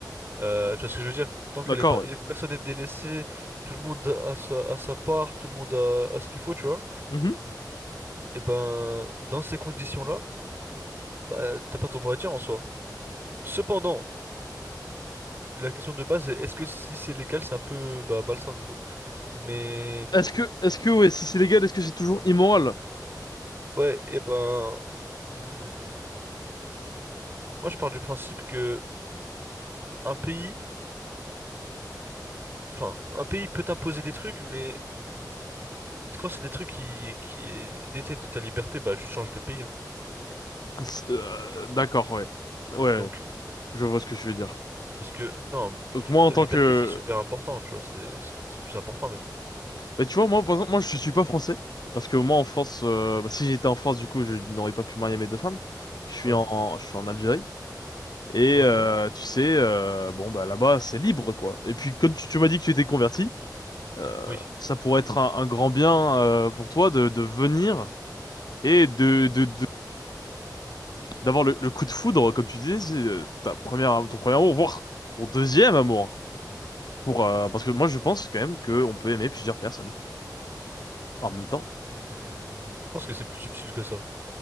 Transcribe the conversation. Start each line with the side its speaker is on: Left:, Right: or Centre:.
Right: Euh, tu vois ce que je veux dire tant qu'elle
Left: D'accord,
Right: est pas que
Left: ouais.
Right: personne n'est délaissé tout le monde a sa, a sa part tout le monde a, a ce qu'il faut tu vois
Left: Mhm.
Right: et ben dans ces conditions là bah t'as pas ton mot à dire en soi cependant la question de base est est-ce que si c'est légal c'est un peu bah, malsain du coup Mais
Left: Est-ce que, est-ce que, ouais, si c'est légal, est-ce que c'est toujours immoral?
Right: ouais, et ben, hmm, moi je pars du principe que un pays, enfin, un pays peut t'imposer des trucs, mais quand c'est des trucs qui, qui détiennent de ta liberté, bah je change de pays. hein.
Left: C'est- euh, d'accord, ouais. Ouais, ouais.
Right: Donc,
Left: je vois ce que tu veux dire.
Right: parce que non,
Left: Donc moi, en
Right: la
Left: tant
Right: liberté
Left: que...
Right: c'est super important, tu vois, c'est c'est- c'est plus important même.
Left: Bah, tu vois, moi, par exemple, moi, je suis pas français. Parce que moi, en France, euh, bah, si j'étais en France, du coup, je n'aurais pas pu marier mes deux femmes. Je suis
Right: Ouais,
Left: en, en- je suis en Algérie. Et
Right: ok,
Left: euh, tu sais, euh, bon, bah là-bas, c'est libre, quoi. Et puis, quand tu, tu m'as dit que tu étais converti, euh,
Right: oui.
Left: ça pourrait être un, un grand bien euh, pour toi de, de venir et de, de, de- d'avoir le, le coup de foudre, comme tu disais, c'est euh, ta première, ton premier amour, voire ton deuxième amour. hein, Pour, euh, parce que moi, je pense quand même qu'on peut aimer plusieurs personnes en même temps.
Right: Hmm, je pense que c'est plus subtil que ça.